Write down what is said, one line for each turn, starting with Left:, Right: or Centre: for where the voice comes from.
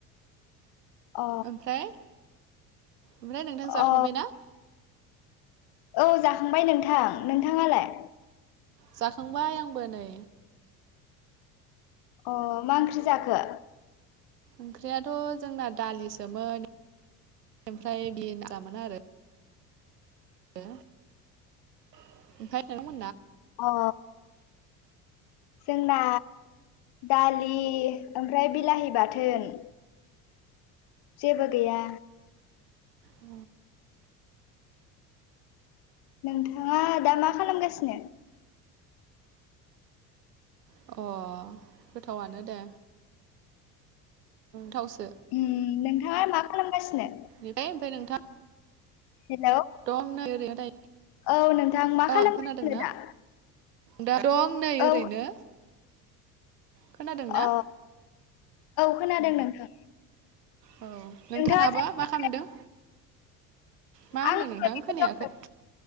Left: अ
Right: ओमफ्राय ओमफ्राय नोंथां जाखांबाय
Left: अ
Right: ना
Left: औ जाखांबाय नोंथां नोंथाङालाय
Right: जाखांबाय आंबो नै
Left: अ मा ओंख्रि जाखो
Right: ओंख्रियाथ' जोंना दालिसोमोन ओमफ्राय बिन जामोन आरो। हो <unintelligible>
Left: अ जोंना। दालि ओमफ्राय बिलाहि बाथोन। जेबो गैया।
Right: अ।
Left: नोंथाङा दा मा खालामगासिनो।
Right: अ गोथावानो दे थावस।
Left: उम नोंथांङा मा खालामगासिनो।
Right: बेफ्राय ओमफ्राय नोंथां।
Left: हेलौ।
Right: दं नैय ओरैनो।
Left: औ नोंथां
Right: दायो
Left: मा खालामगासिनो
Right: औ खोनादोंना
Left: दा।
Right: दा दं नै ओरैनो।
Left: औ
Right: खोनादोंना
Left: अ। खोनादों
Right: औ
Left: नोंथां
Right: औ नोंथाङाबा
Left: नोंथाङा जेराव
Right: मा खालामदों।
Left: बेरायदों
Right: मा होनदों
Left: आं
Right: नोंथां
Left: ओरैनो
Right: खोनायाखै।
Left: दं।